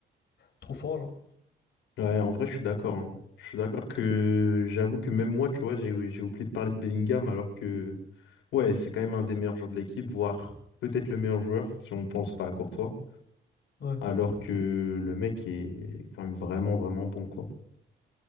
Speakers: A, on the left (about 60°); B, on the left (about 85°).
A: trop fort, genre.
B: Ouais, en vrai, je suis d'accord. hein. Je suis d'accord que j'avoue que même moi, tu vois, j'ai j'ai oublié de parler de Bellingham alors que, ouais, c'est quand même un des meilleurs joueurs de l'équipe, voire peut-être le meilleur joueur si on pense pas à Courtois,
A: Ouais.
B: alors que le mec est quand même vraiment, vraiment bon, quoi.